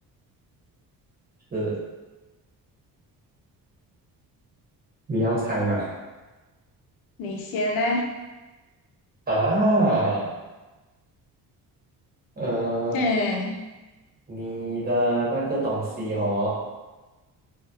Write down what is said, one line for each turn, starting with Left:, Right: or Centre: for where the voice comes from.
Right: 是你要猜吗？
Left: 你先呢？
Right: 啊，呃，
Left: 嗯
Right: 你的那个东西哦，